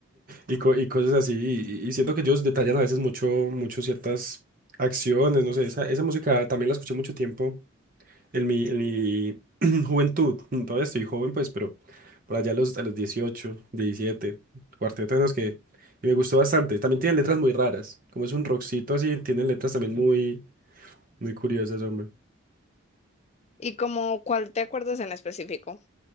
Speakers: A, on the right; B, on the left.
A: Y, co- y cosas así. Y, y- y siento que ellos detallan a veces mucho, mucho ciertas acciones, no sé. Esa, esa música también la escuché mucho tiempo en mi, en mi <clears throat> juventud, <clears throat> todavía estoy joven, pues, pero por allá a los, a los 18 diecisiete cuarteto de nos que... Y me gustó bastante. También tienen letras muy raras. Como es un rockcito así, tienen letras también muy, muy curiosas, hombre.
B: ¿Y como cuál te acuerdas en específico?